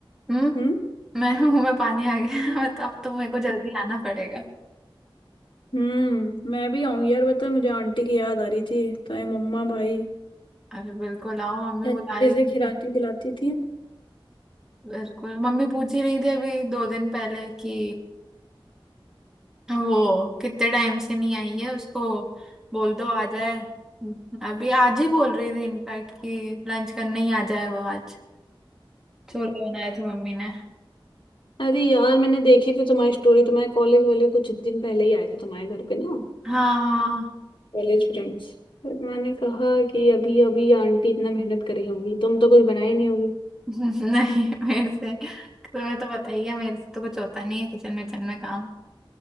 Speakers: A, in the centre; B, on the left.
A: हम्म
B: हम्म
A: मेरे मुंह में पानी आ गया <laughs> मैं तो अब तो मेरे को जल्दी आना पड़ेगा
B: हम्म मैं भी आऊंगी यार बता मुझे आंटी की याद आ रही थी तो ये मम्मा भाई
A: अरे बिल्कुल आओ मम्मी
B: अच्छे
A: बुला रही
B: से
A: थी
B: खिलाती
A: तो,
B: पिलाती थी
A: बिल्कुल मम्मी पूछ ही रही थी अभी दो दिन पहले कि वो कितने टाइम से नहीं आई है उसको बोल दो आ जाए अभी आज ही बोल रही थी इनफैक्ट कि लंच करने ही आ जाए वो आज छोले बनाए थे मम्मी ने
B: अरे यार मैंने देखी थी तुम्हारी स्टोरी तुम्हारे कॉलेज वाले कुछ दिन पहले ही आए थे तुम्हारे घर पे ना
A: हाँ
B: कॉलेज फ्रेंड्स फिर मैंने कहा कि अभी अभी आंटी इतना मेहनत करी होगी तुम तो कुछ बनाई नहीं होगी
A: <laughs> नहीं मेरे से तुम्हें तो बताइए मेरे से तो कुछ होता नहीं है किचन विचन में काम